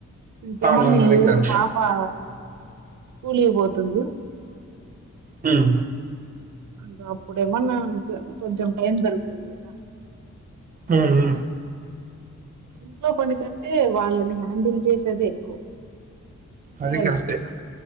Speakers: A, on the right; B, on the right.
A: ఇంకేమన్నా
B: అవునవును అది
A: ఈ ఇయర్
B: కరెక్టే
A: పాపా స్కూల్ కి పోతుంది
B: హ్మ
A: అంటే అప్పుడేమన్న కొంచెం టైం దోరుకుతుంది కదా
B: హా హా
A: ఇంట్లో పని కంటే వాళ్ళని హ్యాండిల్ చేసేదే ఎక్కువ పిల్లలు
B: అది కరెక్టే